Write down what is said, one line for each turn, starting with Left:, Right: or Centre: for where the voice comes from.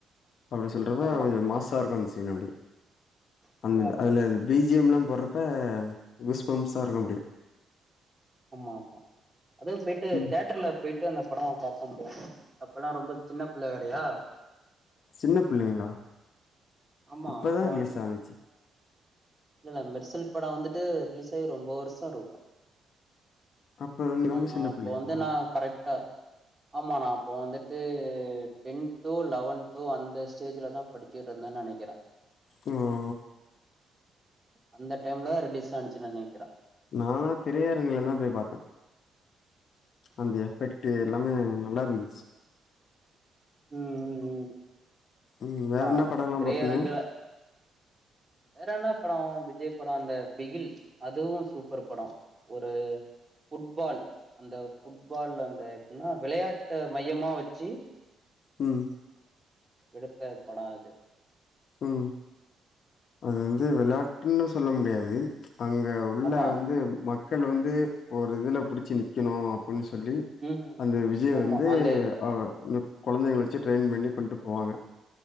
Left: அப்டி சொல்றப்ப
Right: ஆமா
Left: கொஞ்சோ மாஸ்சா இருக்கு அந்த சீன் அப்டி
Right: நல்லா
Left: அந்
Right: இருக்கு
Left: அதுல பீஜியம்லா போட்றப்ப குஸ்பம்ஸாருகு அப்டியே
Right: ஆமா ஆமா அதா பேய்ட்டு
Left: ம்
Right: த்யேட்டர்ல பேய் டு அந்த படோ பாக்க முட்யாது அப்பல்லா ரொம்ப சின்ன புள்ள வேறயா
Left: சின்ன புள்ளிங்ளா
Right: ஆமா
Left: இப்பதா
Right: அப்போ
Left: ரிலீஸ் ஆனிச்சி
Right: இல்லல்ல மெர்சல் படோ வந்துட்டு ரிலீசாயி ரொம்ப வர்ஷோ இருக்கு
Left: அப்ப வந்து
Right: ஆ
Left: ரொம்ப சின்ன
Right: அப்போ
Left: பிள்ளைங்களா
Right: வந்து நா கரெட்டா ஆமா நா அப்போ வந்துட்டு டென்த்தோ லவன்த்தோ அந்த ஸ்டேஜுல தா படிச்சிட்ருந்தேன் நெனக்கிறே
Left: ம்
Right: அந்த டைம்ல ரிலீஸ் ஆனிச்சின் நெனக்கிற
Left: நாலா திரையரங்குல தா போய் பாத்தே அந்த எஃபெக்டு எல்லாமே நல்லாருந்துச்
Right: ம் ம் ம்
Left: ம் வேற
Right: மா
Left: என்ன படம்லா
Right: திரையரங்குல
Left: பாப்பீங்க
Right: வேற என்ன படோ விஜய் படோ அந்த பிகில் அதுவு சூப்பர் படோ ஒரு ஃபுட்பால் அந்த ஃபுட்பால் அந்த எப்பின்னா விளயாட்ட மையமா வச்சி
Left: ம்
Right: எடுத்த படோ அது
Left: ம் அது வந்து
Right: ஆ
Left: வெளாட்டுன்னு சொல்ல முடியாது அங்க உள்ள
Right: ஆமா
Left: வந்து மக்கள் வந்து ஒரு இதுல புடிச்சி நிக்கணு அப்புன் சொல்லி
Right: ம்
Left: அந்த விஜய்
Right: ஆமா
Left: வந்து
Right: அந்த
Left: அவ இந்த கொழந்தைங்கள வெச்சு ட்ரெயின் பண்ணி கொண்ட்டு போவாங்க